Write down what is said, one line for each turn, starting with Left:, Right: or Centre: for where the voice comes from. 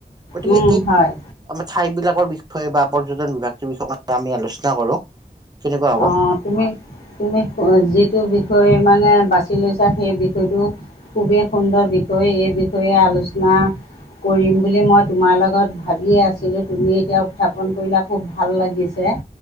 Right: গতিকে
Left: উম,
Right: এই
Left: হয়।
Right: আমাৰ ঠাই বিলাকৰ বিষয়ে বা পৰ্যটন বিভাগটোৰ বিষয়ে <unintelligible> আমি আলোচনা কৰো। কেনেকুৱা হ'ব
Left: অ'। তুমি, তুমি যিটো বিষয় মানে বাছি লৈছা সেই বিষয়টো খুবেই সুন্দৰ বিষয়, এই বিষয়ে আলোচনা কৰিম বুলি মই তোমাৰ লগত ভাবিয়ে আছিলোঁ, তুমি এতিয়া উত্থাপন কৰিলা খুব ভাল লাগিছে।